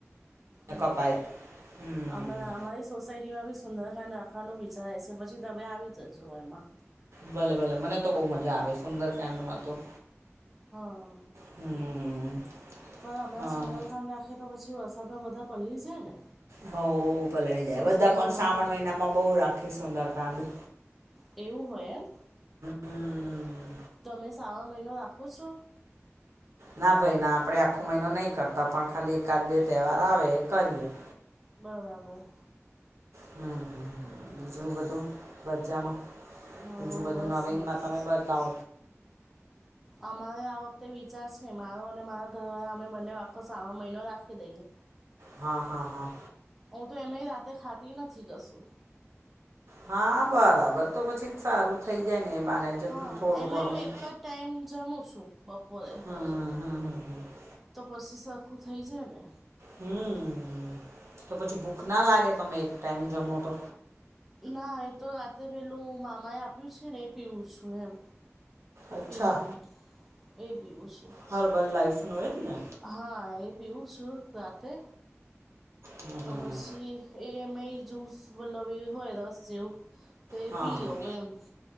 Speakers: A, in the centre; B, on the right (about 65°).
A: હા
B: કપાય હમ
A: અમે અમારી- સોસાયટીમાં બી સુંદરકાન રાખવાનું વિચારે છે પછી તમે આવી જજો એમાં-
B: ભલે ભલે મને તો બહુ મજા આવે સુંદરકાંડમાં તો-
A: હા
B: હમ
A: પર હમણાં
B: હા
A: સુંદર ખાન ના કે તો પછી વરસાદમાં બધા પલડી જાએ ને.
B: હ પલળી જાય
A: સોસાયટીમાં
B: બધા પણ શ્રાવણ
A: તો
B: મહિનામાં બહુ રાખી સુંદર કાંડ-
A: એવું હોય એમ
B: હમ
A: તમે શ્રાવણ મહિનો રાખો છો?
B: ના ભાઈ ના આપડણે આખો મહિનો નહી કરતા પણ ખાલી એકાદ બે તહેવાર આવે એ કરીએ-
A: બરાબર-
B: હમ્મ, હમ્મ, હમ્મ. બીજું બધું બજામાં?
A: હવ
B: બીજું બધું
A: બસ
B: નવીનમાં
A: શાંતિ
B: તમે
A: છે
B: બતાવ?
A: અમારે આ વખતે વિચાર છે મારો અને મારા ઘરવાળા અમે બંને વાકો સારો મહિનો રાખી દઈએ.
B: હા, હા, હા.
A: હું તો એમાંય રાતે ખાત નથી કસું.
B: હા, બરાબર તો પછી સારું થઈ જાય ને એ બાને જેટલું
A: હા,
B: થોડું
A: એમાં
B: ઘણું
A: હું એક જ ટાઈમ જમું છું. બપોરે.
B: હા હા હા હા
A: તો પછી સરખું થઇ જાય ને.
B: હમ્મ, તો પછી ભૂખ ના લાગે તમે એક ટાઈમ જમો તો?
A: ના એ તો રાતેે પેલું મામા એ આપ્યું છે ને એ પીવું છું એમ.
B: અચ્છા
A: પીવાનું એ પીવું છું.
B: હર્બલ લાઈફનું એજ ને?
A: હા, એ પીઉું છું રાતે.
B: હમ
A: તો
B: હમ
A: પછી
B: હમ
A: એ મેં જૂસ બોલાવી હોય રસ જેવું તો એ
B: હા
A: પી લઉં
B: હા
A: એમ